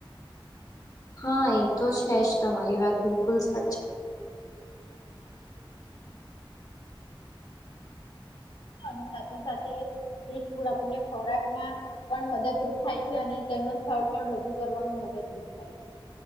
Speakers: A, on the left; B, on the left.
A: હા એ તો છે જ તમારી વાત બિલકુલ સાચ.
B: અને સાથે સાથે <unintelligible> આપણને ખોરાકમાં પણ મદદરૂપ થાય છે અને તેનું સ્થળ પણ રજૂ કરવામાં મદદરૂપ થાય છે.